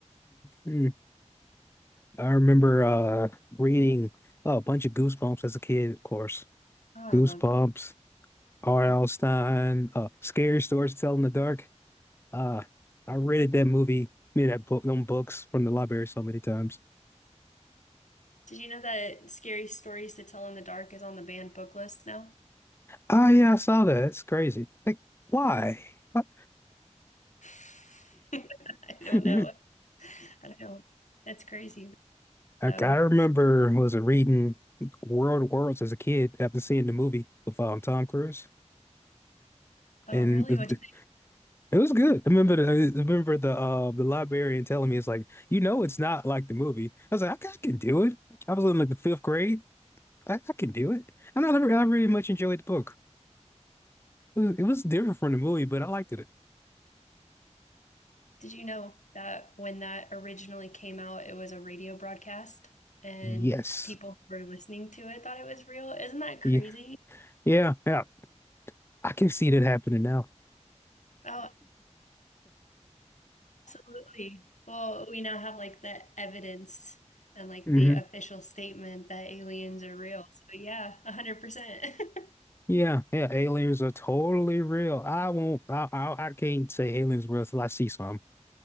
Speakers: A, on the left; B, on the left.
A: mm I remember uh reading uh, a bunch of Goosebumps as a kid, of course.
B: Oh, I
A: Goosebumps,
B: love it.
A: R.L.
B: Mm.
A: Stein, uh, Scary Stories to Tell in the Dark. Uh, I rented that movie, I mean, that book, them books from the library so many times.
B: Did you know that Scary Stories to Tell in the Dark is on the banned book list now?
A: Oh yeah, I saw that. It's crazy. Like, why? What?
B: <laughs> I
A: <laughs>
B: don't know. I don't know. That's crazy,
A: Like,
B: though.
A: I remember was it reading World of Worlds as a kid after seeing the movie with um, Tom Cruise,
B: Oh,
A: and
B: really?
A: it,
B: What did you,
A: it was good. I remember the I remember the uh the librarian telling me it's like you know it's not like the movie. I was like I, ca- I can do it. I was in like the fifth grade. I, I can do it. And I never I really much enjoyed the book. It was, it was different from the movie, but I liked it.
B: did you know that when that originally came out, it was a radio broadcast and
A: Yes.
B: people who were listening to it thought it was real? Isn't that crazy?
A: Yeah. Yeah. Yeah. I can see that happening now.
B: Oh, Absolutely. Well, we now have like the evidence and like
A: Mm-hmm.
B: the official statement that aliens are real. So yeah, 100%. <laughs>
A: Yeah, yeah, aliens are totally real. I won't. I I, I can't say aliens real till I see some.